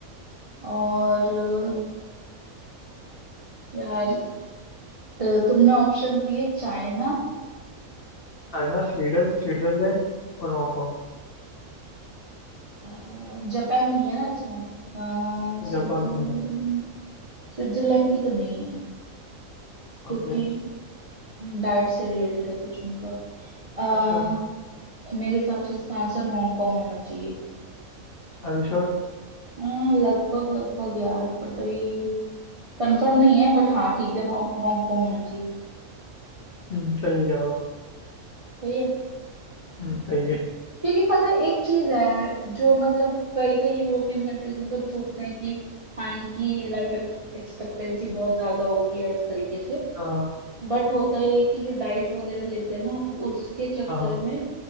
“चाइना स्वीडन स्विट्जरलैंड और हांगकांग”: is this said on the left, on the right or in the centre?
Left